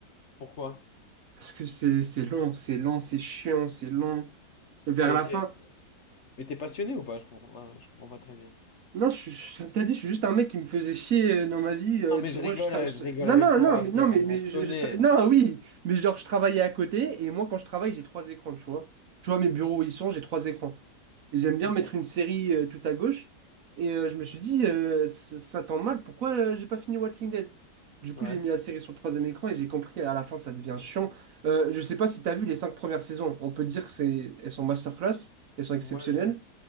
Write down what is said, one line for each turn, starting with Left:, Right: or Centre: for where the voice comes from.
Left: Pourquoi?
Right: Parce que c'est, c'est long, c'est lent, c'est chiant, c'est long. Vers
Left: T'es,
Right: la
Left: t'es-
Right: fin.
Left: Mais t'es passionné ou pas? Je comprends pas, je comprends pas très bien.
Right: Non, je, suis- je- comme t'as dit, je suis juste un mec qui me faisait chier euh, dans ma vie. euh,
Left: Non, mais
Right: tu
Left: je
Right: vois,
Left: rigole,
Right: je, tra-
Left: euh,
Right: je-
Left: je rigole
Right: Non,
Left: avec
Right: non,
Left: toi,
Right: non, mais
Left: Amir,
Right: non, mais,
Left: on,
Right: mais
Left: on se
Right: je,
Left: connaît.
Right: je tra- non, oui, mais genre je travaillais à côté et moi quand je travaille, j'ai trois écrans, tu vois. Tu vois mes bureaux où ils sont, j'ai trois écrans et j'aime bien
Left: Ok,
Right: mettre une série euh, tout à gauche. Et euh, je me suis dit, euh, ça, ça tombe mal. Pourquoi euh, j'ai pas fini Walking Dead? Du coup,
Left: ouais.
Right: j'ai mis la série sur le troisième écran et j'ai compris à la fin, ça devient chiant. Euh, je sais pas si t'as vu les cinq premières saisons. On peut dire que c'est, elles sont masterclass, elles sont exceptionnelles.
Left: Moi j'ai